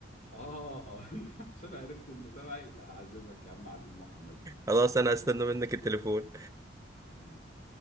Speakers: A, on the left; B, on the right.
A: اه <laughs> انت عشان عرفت انه تبعي هعزمك يا عم عند المحمد
B: خلاص انا هستنى منك التليفون
A: انا ايه